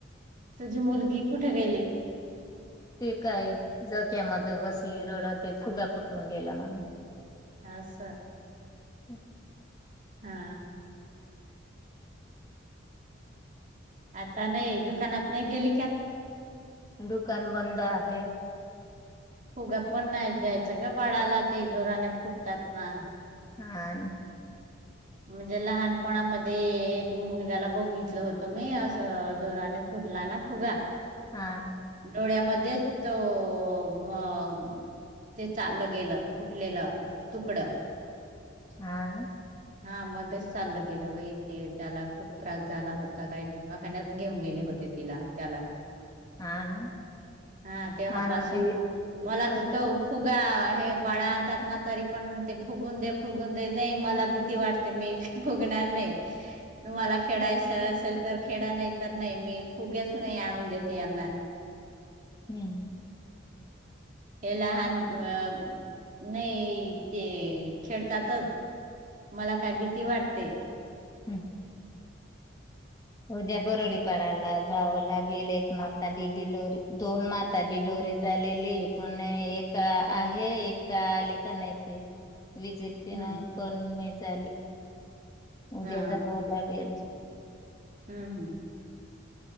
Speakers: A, on the right; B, on the left.
A: तुझी मुलगी कुठे गेली?
B: हे, काय झोक्यामध्ये बसली, रडती फुगा फूटून गेला म्हणून.
A: आस.
B: हम्म.
A: हा... आता नाही दुकानात नाही गेली का?
B: दुकान बंद आहे.
A: फुगा पण नाही द्यायचं ग बाळाला ते जोराने फुटतात ना!
B: हा..
A: म्हणजे लहानपणामध्ये एक मुलग्याला बघितलं होतं मी असं जोराने फुटला ना फुगा!
B: हा.
A: डोळ्यामध्येच तो, अ ते चाललं गेलं फुटलेलं तुकडं.
B: हा ना.
A: हा मध्येच चाललं गेलं बई ते त्याला खूप त्रास झाला होता काय दवाखान्यात घेऊन गेले होते तिला. त्याला.
B: हा ना
A: हा तेव्हापासून
B: मला बी
A: मला
B: अग
A: तर, तो फुगा हे बाळा आणतात ना तरी पण ते फुगवून दे फुगवून दे नाही मला तें किती वाटते मी फुगणार नाही तुम्हाला खेळायच असेल तर खे ळा नाही तर नाही मी फुगेच नाही आणून देते यांना.
B: हम्म-
A: हे लहान अ नाही ते खेळतातच. मला काय भीती वाटते.
B: हं. उद्या <unintelligible> बारा ला जावं लागेल एक माता ची डिलिवरी दोन माता डिलिवरी झालेली पण एक आहे, एक आली का नाही ते. व्हिजिट
A: हम्म.
B: ती न आपन.. झाली. उद्या
A: हा
B: जावं लागेल.
A: हम्म हम्म